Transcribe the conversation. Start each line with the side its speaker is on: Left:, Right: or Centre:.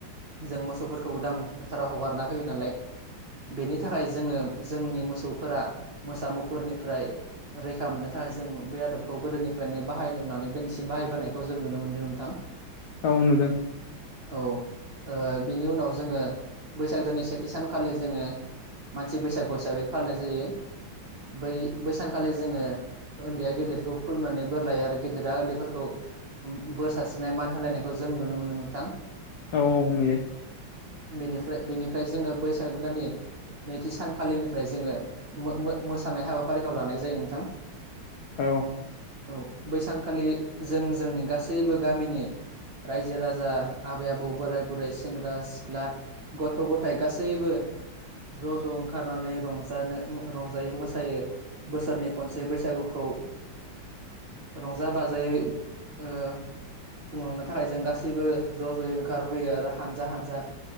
Right: जों मोसौफोर खौ उदां फोथाराव हगारना होयो नालाय। बेनि थाखाय जोङो जोंनि मोसौफोरा मोसा मुफुरनिफ्राय रैखा मोननो थाखाय जों बे आदबखौ गोदोनिफ्रायनो बाहायनानै दिनैसिम बाहायबोनायखौ जों नुनो मोनदों नोंथां।
Left: औ नुदों।
Right: औ बेनि ओ उनाव जोङो बैसागो दाननि सेथि सानखालि जोङो मानसि बैसागु हिसाबै फालिनाय जायो। बै बैसानखालि जोङो ओन्दैया गेदेरखौ खुलुमनानै बोर लायो आरो गेदेरा ओन्दैफोरखौ बोर सारस्रिनाय मान होलायनायखौ जों नुनो मोनो नोंथां।
Left: औ औ नुयो।
Right: बेनिफ्राय बेनिफ्राय जोङो बैसाग दाननि नैथि सानखालिनिफ्राय जोङो मोसानाय हाबाफारिखौ लानाय जायो नोंथां।
Left: औ।
Right: औ बैसानखालि जों जोंनि गासैबो गामिनि रायजो राजा आबै आबौ बोराय बुरै सेंग्रा सिख ख्ला गथ' गथाय गासैबो ज' ज' ओंखारनानै रंजानो रंजायो मोसायो बोसोरनि खनसे बैसागुखौ। रंजा बाजायै ओ खुंलांनो थाखाय जों गासैबो ज' ज'यै ओंखारबोयो आरो हानजा हानजा